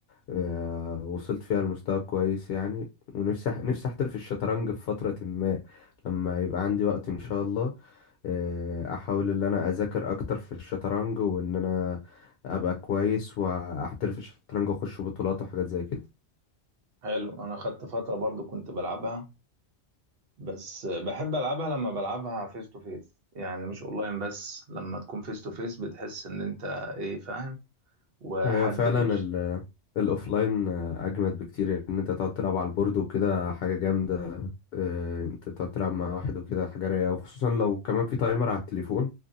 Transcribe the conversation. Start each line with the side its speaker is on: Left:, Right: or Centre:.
Left: آه، وصلت فيها لمستوى كويس يعني ونفسي أح- نفسي أحترف الشطرنج في فترة ما لما يبقى عندي وقت إن شاء الله آه، احاول ان انا اذاكر اكتر في الشطرنج وان انا ابقى كويس واحترف الشطرنج واخش بطولات وحاجات زي كده
Right: حلو انا خدت فترة برضو كنت بلعبها بس بحب العبها لما بلعبها فيس تو فيس يعني مش اونلاين بس لما تكون فيس تو فيس بتحس ان انت ايه فاهم وحد
Left: ايوه فعلا
Right: بيجي
Left: ال الاوفلاين آه، اجمد بكتير ان انت تقعد تلعب على البورد وكده حاجه جامده آه، انت تقعد تلعب مع واحد وكده حاجه رايقه وخصوصا لو كمان في تايمر على التليفون